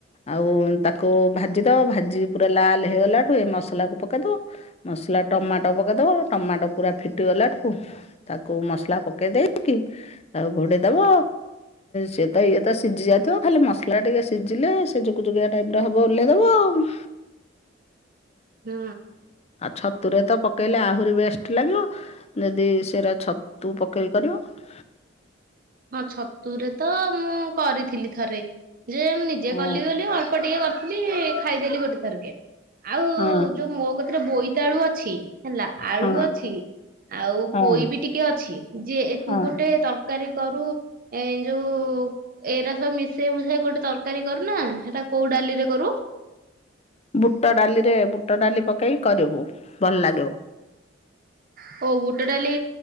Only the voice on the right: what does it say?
ହୁଁ।
ହଁ ଛତୁରେ ତ ମୁଁ କରିଥିଲି ଥରେ। ଯେ ମୁଁ ନିଜେ
କଲି ବୋଲି ଅଳ୍ପ ଟିକେ କର୍ଥିଲି ଖାଇଦେଲି ଗୋଟେ ଥରକେ ଆଉ
ଯଉ ମୋ କତିରେ ବୋଇତାଳୁ ଅଛି ହେଲା ଆଳୁ
ଅଛି ଆଉ
ପୋଇ ବି ଟିକେ ଅଛି ଯିଏ ଏଠୁ
ଗୋଟେ ତର୍କାରୀ କରୁ ଏଁ ଯଉ ଏଇରା ସବୁ ମିଶେଇ ମୁସାଇ ଗୋଟେ ତର୍କାରୀ କରୁନା ହେଟା କଉ ଡାଲି ରେ କରୁ?
ହଉ ବୁଟ ଡାଲି